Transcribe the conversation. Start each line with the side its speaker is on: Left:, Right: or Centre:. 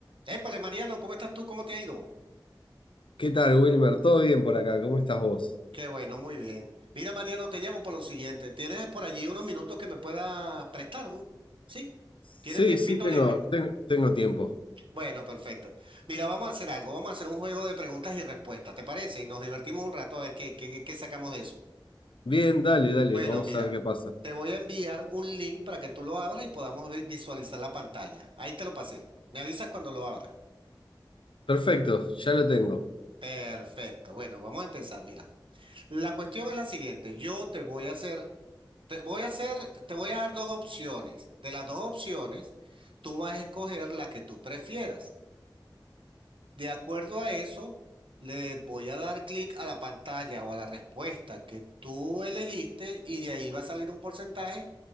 Right: Épale, Mariano, ¿cómo estás tú? ¿Cómo te ha ido?
Left: ¿Qué tal, Wilmer? ¿Todo bien por acá? ¿Cómo estás vos?
Right: Qué bueno, muy bien. Mira, Mariano, te llamo por lo siguiente. ¿Tienes por allí unos minutos que me puedas prestar? un- ¿Sí?
Left: Sí,
Right: ¿Tienes tiempito
Left: sí, tengo,
Right: libre?
Left: ten- tengo tiempo.
Right: Bueno, perfecto. Mira, vamos a hacer algo. Vamos a hacer un juego de preguntas y respuestas, ¿te parece? Y nos divertimos un rato a ver qué, qué, qué sacamos de eso.
Left: Bien, dale, dale,
Right: Bueno,
Left: vamos
Right: mira,
Left: a ver qué pasa.
Right: te voy a enviar un link para que tú lo abras y podamos vi- visualizar la pantalla. Ahí te lo pasé. Me avisas cuando lo abras.
Left: Perfecto, ya lo tengo.
Right: Perfecto. Bueno, vamos a empezar. Mira, la cuestión es la siguiente. Yo te voy a hacer Te voy a hacer, te voy a dar dos opciones. De las dos opciones, tú vas a escoger la que tú prefieras. De acuerdo a eso, le voy a dar clic a la pantalla o a la respuesta que tú elegiste y de ahí va a salir un porcentaje